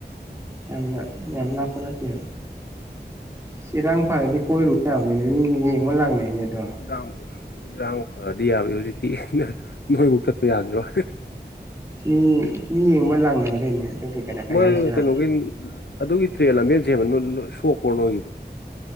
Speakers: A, on the right; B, on the left.
A: ꯌꯥꯝꯅ ꯌꯥꯝ ꯅꯥꯄ ꯅꯄꯤ ꯆꯔ ꯐꯔꯦꯗꯤ ꯀꯣꯏꯔꯣꯏꯏ ꯍꯥꯏꯕꯅꯤꯅꯦ ꯃꯤ ꯌꯦꯡꯕ ꯂꯥꯛꯅꯅꯦꯗꯣ
B: ꯌꯥꯥꯎ ꯏꯔꯥꯡ ꯐꯗꯤ ꯌꯥꯕꯅꯤ ꯍꯧꯖꯤꯛꯇꯤ ꯅꯣꯏꯐꯧ ꯆꯠꯄ ꯌꯥꯈꯤꯔꯣ
A: ꯃꯤ ꯃꯤ ꯌꯦꯡꯕ ꯂꯥꯡꯅꯒꯗꯣꯏꯅꯦ ꯑꯗꯨꯒꯤ ꯀꯩꯅꯣ
B: ꯎ
A: ꯀꯩ
B: ꯃꯣꯏ
A: ꯍꯥꯏꯁꯤꯔꯥ
B: ꯀꯩꯅꯣꯒꯤ ꯑꯗꯨꯒꯤ ꯇ꯭ꯔꯔꯤꯂ ꯃꯦꯟꯁꯦꯕꯅ ꯁꯣ ꯀꯣꯔꯅꯣꯒꯤꯕꯣ